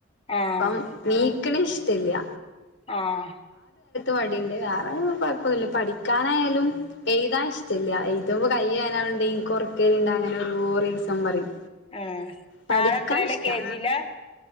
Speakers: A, on the left; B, on the left.
A: ആഹ്
B: അപ്പം നീക്കണേ ഇഷ്ട്ടല്ല്യ
A: ആഹ
B: മടിണ്ട് വെറോഴ് കൊഴപ്പോല്ല പഠിക്കാനായാലും എയ്താഷ്ട്ടാ ച്ചെല്ല്യ എഴ്തുമ്പ കൈഏനാവ്ണ്ടി എനിക്കൊറക്കലണ്ട് അങ്ങനെ ഒരോ രീസം പറയും
A: ആഹ്
B: പഠിക്കാൻ
A: ആളെത്രേലാ
B: ഇഷ്ട്ടാ
A: കെ ജിലാ